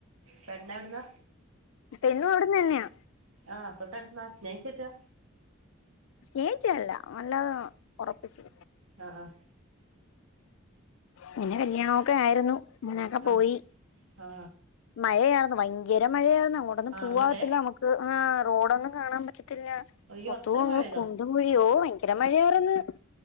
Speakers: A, on the right; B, on the left.
A: പെണ്ണ് എവ്ട്ന്നാ
B: പെണ്ണും അവിട്ന്ന് തന്നെയാ
A: ആഹ് തൊട്ടടുത്ത്ന്നാ സ്നേഹിച്ച് കെട്ടാ
B: സ്നേഹിച്ചല്ല അല്ലത ഉറപ്പിച്ച്
A: ആഹ് ആഹ്
B: പിന്നെ കല്യാണമൊക്കെ ആയിരുന്നു അങ്ങനൊക്കെ
A: ആ
B: പോയി
A: ആ
B: മഴയായിരുന്നു ഭയങ്കര മഴയായിരുന്നു അങ്ങോട്ടൊന്നും
A: ആ
B: പൂവാകത്തില്ല
A: അങ്ങോട്ടേ
B: നമുക്ക് ആഹ് റോഡൊന്നും കാണാൻ പറ്റത്തില്ല
A: അയ്യോ
B: മൊത്തവും
A: അത്രയും
B: അങ്ങ്
A: മഴ പെയ്തോ
B: കു കുണ്ടും കുഴിയോ ഭയങ്കര മഴയാറന്ന്